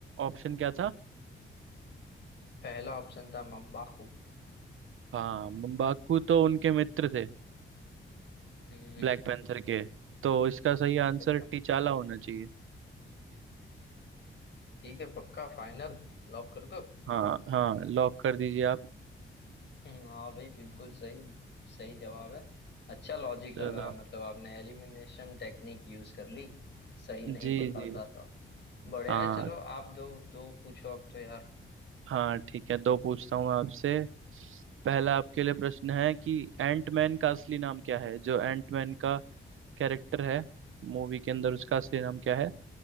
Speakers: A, on the right (about 75°); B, on the left (about 60°).
A: ऑप्शन क्या था
B: पहला ऑप्शन था मम्बाकू
A: हाँ मम्बाकू तो उनके मित्र थे
B: हम्म,
A: ब्लैक पैंथर के तो इसका सही
B: हो सकता
A: आंसर
B: है
A: टीचाला होना चाहिए
B: ठीक है पक्का फाइनल लॉक कर दो
A: हाँ हाँ लॉक कर दीजिए आप
B: हम्म, हाँ भाई बिल्कुल सही सही जवाब है अच्छा लॉजिक
A: चलो
B: लगा मतलब आपने एलिमिनेशन टेक्निक यूज कर ली सही नहीं
A: जी
B: पता
A: जी
B: था तो बढ़िया
A: हाँ
B: है चलो आप दो दो पूछो अब तो यार
A: हाँ ठीक है दो पूछता हूँ मैं आपसे पहला आपके लिए प्रश्न है कि एंटमैन का असली नाम क्या है जो एंटमैन का कैरेक्टर है मूवी के अंदर उसका असली नाम क्या है